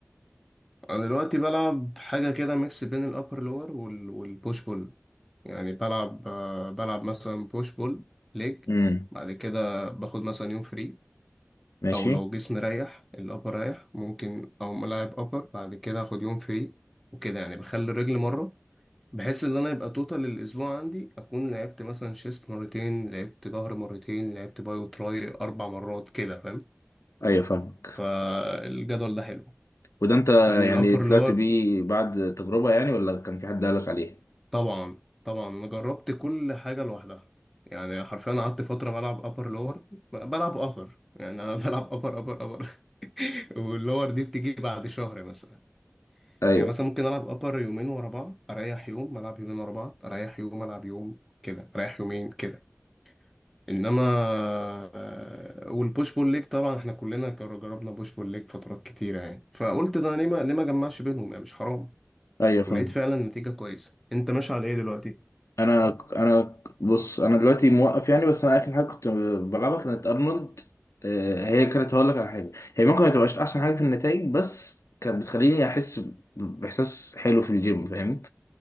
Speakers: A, in the centre; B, on the left.
A: انا دلوقتي بلعب حاجة كده ميكس بين الابر لور وال... والبوش بول يعني بلعب آه، بلعب مثلا بوش بول ليج
B: امم
A: بعد كده باخد مثلا يوم فري
B: ماشي
A: او لو جسمي رايح الابر رايح ممكن او ملاعب ابر بعد كده اخد يوم فري وكده يعني بخلي الرجل مرة بحيث ان انا يبقى توتال الاسبوع عندي اكون لعبت مثلا شيست مرتين لعبت ظهر مرتين لعبت باي وتراي اربع مرات كده فاهم
B: ايوه فاهمك
A: فالجدول ده حلو
B: وده انت
A: لان الابر
B: يعني طلعت
A: لور
B: بيه بعد تجربه يعني ولا كان في حد قالك عليه
A: طبعا طبعا انا جربت كل حاجه لوحدها يعني حرفيا قعدت فتره بلعب ابر لور بلعب ابر يعني انا <laughs> بلعب ابر ابر ابر <laughs> واللور دي بتيجي بعد شهر مثلا
B: ايوه
A: يعني مثلا ممكن العب ابر يومين ورا بعض اريح يوم العب يومين ورا بعض اريح يوم العب يوم كده اريح يومين كده انما آه، والبوش بول ليج طبعا احنا كلنا كر- جربنا بوش بول ليج فترات كتيره يعني فقلت ده ليه ما ليه ما جمعش بينهم يعني مش حرام
B: ايوه فاهم
A: ولقيت فعلا نتيجه كويسه انت ماشي على ايه دلوقتي
B: انا انا بص انا دلوقتي موقف يعني بس انا اخر حاجه كنت بلعبها كانت ارنولد آه، هي كانت هقول لك على حاجه هي ممكن ما تبقاش احسن حاجه في النتائج بس كانت بتخليني احس ب- باحساس حلو في الجيم فاهم